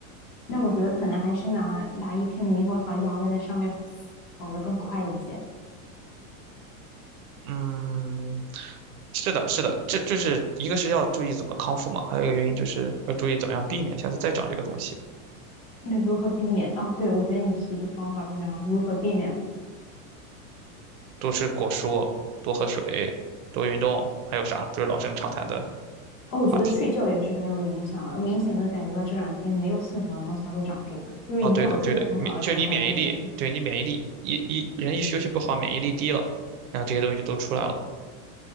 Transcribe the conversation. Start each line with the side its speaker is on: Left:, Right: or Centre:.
Left: 那我觉得可能还是拿拿一片猕猴桃压在那上面，好的更快一些。
Right: 嗯，是的，是的，这就是一个是要注意怎么康复嘛，还有一个原因就是要注意怎么样避免下次再长这个东西，
Left: 那如何避免啊？对，我觉得你提的方法非常好，如何避免？
Right: 多吃果蔬，多喝水，多运动，还有啥都是老生常谈的
Left: 哦，我觉得睡觉也是很有影响的，
Right: 话题。
Left: 明显的感觉到这两天没有睡好，然后才会长这个。就是以往睡得很好的时候，
Right: 哦，对的，对的，免就你免疫力，
Left: 感觉好像就是，
Right: 对你免疫力一一人一休息不好，免疫力低了，然后这些东西就都出来了。